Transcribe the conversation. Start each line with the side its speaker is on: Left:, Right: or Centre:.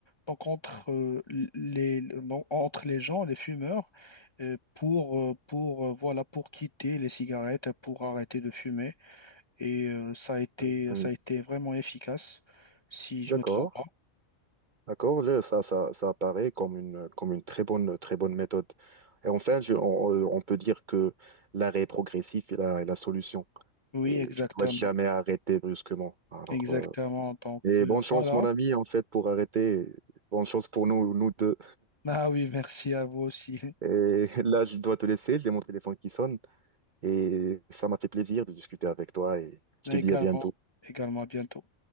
Left: Donc, entre, euh, les, non, entre les gens, les fumeurs, euh, pour, euh, pour, euh, voilà, pour quitter les cigarettes, pour arrêter de fumer. Et euh, ça a été,
Right: Mhm.
Left: ça a été vraiment efficace, si je
Right: D'accord.
Left: me trompe pas.
Right: D'accord, là, ça, ça, ça apparaît comme une, comme une très bonne, très bonne méthode. Et enfin, je- on, on peut dire que l'arrêt progressif est la, est la solution.
Left: Oui,
Right: Et
Left: exactement.
Right: tu dois jamais arrêter brusquement. Alors,
Left: Exactement.
Right: euh,
Left: Donc,
Right: et
Left: euh,
Right: bonne chance,
Left: voilà.
Right: mon ami, en fait, pour arrêter. Bonne chance pour nous, nous deux.
Left: Ah oui, merci à vous aussi.
Right: Et <laughs> là, je dois te laisser. J'ai mon téléphone qui sonne. Et ça m'a fait plaisir de discuter avec toi. Et
Left: <laughs>
Right: je
Left: Mais
Right: te dis
Left: également,
Right: à bientôt.
Left: également à bientôt.